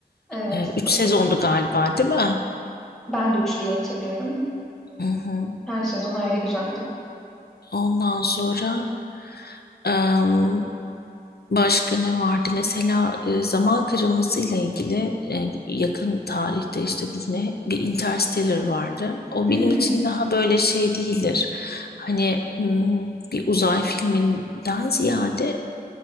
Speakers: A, in the centre; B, on the left.
A: Evet,
B: E, üç
A: çok
B: sezondu
A: keyifliydi.
B: galiba değil mi?
A: Ben de 3 diye hatırlıyorum.
B: Hı hı.
A: Her sezon ayrı güzeldi.
B: Ondan sonra Em, Başka ne vardı? Mesela e, zaman kırılması ile ilgili e, yakın tarihte işte yine bir Interstellar vardı. O
A: Hmm.
B: benim için daha böyle şey değildir. Hani hmm, bir uzay filminden ziyade